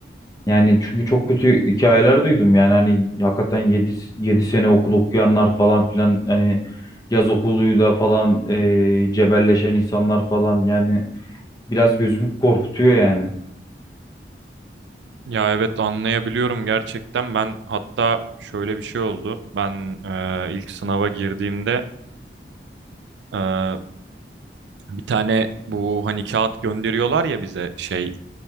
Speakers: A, on the left; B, on the right.
A: Yani çünkü çok kötü hikayeler duydum. Yani hani hakikaten yedi yedi sene okul okuyanlar falan filan hani yaz okuluyla falan e, cebelleşen insanlar falan yani biraz gözümü korkutuyor yani.
B: Ya evet anlayabiliyorum gerçekten. Ben hatta şöyle bir şey oldu. Ben e, ilk sınava girdiğimde e, bir tane bu hani kağıt gönderiyorlar ya bize şey